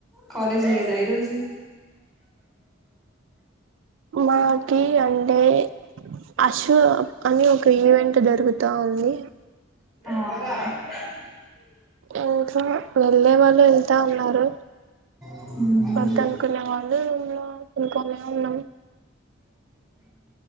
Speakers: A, in the centre; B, on the right.
A: కాలేజ్ లేదా ఈరోజు
B: మాకి అండే అషు కానీ ఒక ఈవెంట్ అట్ట జరుగుతా ఉంది
A: ఆ
B: ఇంట్లో వెళ్ళే వాళ్ళు వెళ్తా ఉన్నారు
A: హు
B: వద్ద అనుకునే వాళ్ళు రూమ్ లో అనుకోనే ఉన్నాం